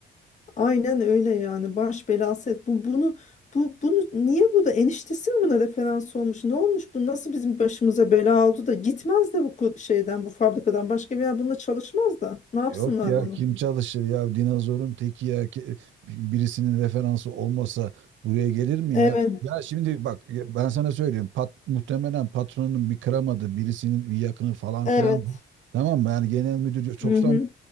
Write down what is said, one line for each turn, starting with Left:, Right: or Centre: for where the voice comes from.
Left: Aynen öyle yani baş belası et. Bu bunu bu bunu niye bu da eniştesi mi buna referans olmuş? Ne olmuş bu? Nasıl bizim başımıza bela oldu da gitmez de bu ku- şeyden bu fabrikadan başka bir yer bununla çalışmaz da. Ne yapsınlar
Right: Yok ya
Left: bunu?
Right: kim çalışır ya dinozorun teki ya Ki- birisinin referansı olmasa buraya gelir mi
Left: Evet.
Right: ya? Ya şimdi bak ya ben sana söyleyeyim pat, muhtemelen patronun bir kıramadı birisinin bir yakını falan
Left: Evet.
Right: filan tamam mı? Yani genel müdür çoktan
Left: Hı hı.